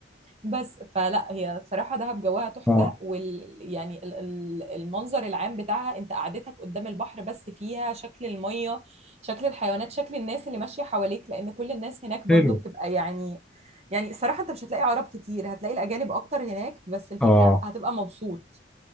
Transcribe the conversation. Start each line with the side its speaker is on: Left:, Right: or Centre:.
Right: بس فلا هي بصراحة دهب جواها تحفة
Centre: آه
Right: وال يعني ال- ال- المنظر العام بتاعها انت قعدتك قدام البحر بس فيها شكل المية شكل الحيوانات شكل الناس اللي ماشية حواليك لأن كل الناس هناك
Centre: حلو
Right: برضو بتبقى يعني يعني الصراحة أنت مش هتلاقي عرب كتير هتلاقي الأجانب أكتر هناك بس الفكرة
Centre: آه
Right: هتبقى مبسوط